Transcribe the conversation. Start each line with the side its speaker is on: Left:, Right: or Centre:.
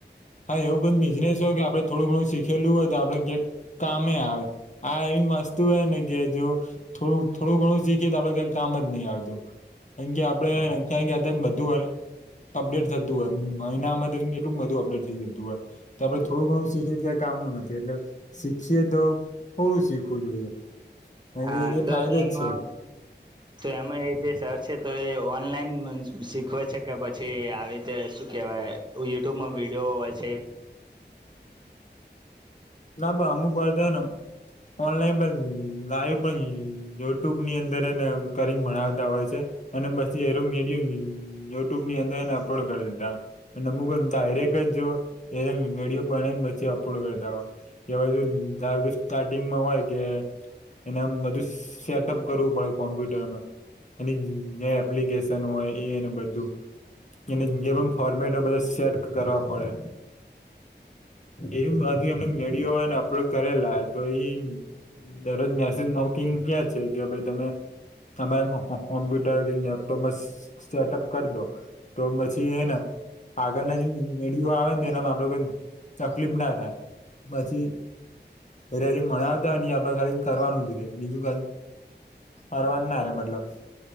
Left: હા એવું કોઈ બિઝનેસ હોય કે આપડે થોડું ઘણું. શીખેલું હોય તો આપડે ક કામે આવે આ એવી વસ્તુ હ ને કે જો. થોડું થોડું ઘણું શીખીએ તો આપડે કઈક કામ જ નહી આવતું. કા કે આપડે ક બધું અપડેટ થતું એમ. મહિનામાં એટલું બધું અપડેટ થઈ જતું હોય તો આપડે થોડું ઘણું શીખી. કામનું નથી એટલે શીખીએ તો થોડું શીખવું જોઈએ કારણ
Right: હા
Left: કે એ
Right: તો
Left: ફાયદો
Right: એમાં
Left: જ છે
Right: તો એમાં એ જે સર છે તો એ ઓનલાઈન શીખવે છે કે પછી આવી રીતે શું કેહેવાય યુટ્યુબમાં વિડીયો હોય છે
Left: ના પણ અમુક વાધય નો. ઓનલાઈન પણ લાઈવ પણ યુટ્યુબ ની અંદર એને કરીને ભણાવતા હોય છે. અને પછી એનુ વિડીયો યુટ્યુબ ની અંદર એને અપલોડ કરી દીધા. અને અમુક ડાયરેક જ જો એ વિડીયો બનાને પછી અપલોડ કરતા હોય. કેવાય ત સ્ટાર્ટિંગમાં હોય કે. એને આમ બધું સેટઅપ કરવું પડે કોમ્પ્યુટરમાં. એની જે એપ્લિકેશન હોય એને બધું એને જે પણ ફોર્મેટ બધા સેટ કરવા પડે એજુ એમને મેડિયોને અપલોડ કરેલા તો એ દરરોજ મેસેજ નોકિંગ કયા છે કે ભાઈ તમે તમા કોમપ્યુટર કે લેપટપમાં સ્ટાર્ટઅપ કર દો તો પછી એને આગળના જે મેડીઓ આવે ને એનામાં આપડ કોઈ તકલીફ ના થાય પછી અ મળ આવતા આપડ ખાલી કરવાનું જ રે બીજું ક અવા ના રે મતલબ